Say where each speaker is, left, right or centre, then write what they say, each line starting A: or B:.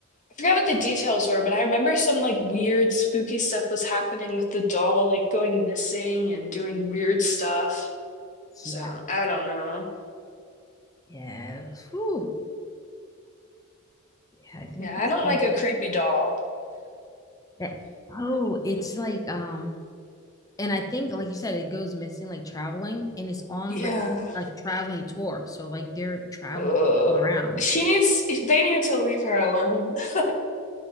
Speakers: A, on the left; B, on the left.
A: I forgot what the details were, but I remember some like weird spooky stuff was happening with the doll, like going missing and doing weird stuff. So,
B: yeah,
A: I don't know.
B: yeah. Whew. Yeah, I think
A: Yeah,
B: it's
A: I don't
B: like
A: like a creepy doll.
B: that. Oh, it's like um, and I think like you said, it goes missing like traveling, and it's on
A: Yeah.
B: like a traveling tour. So like they're traveling
A: Ugh.
B: all around.
A: She needs, they need to leave her alone. <laughs>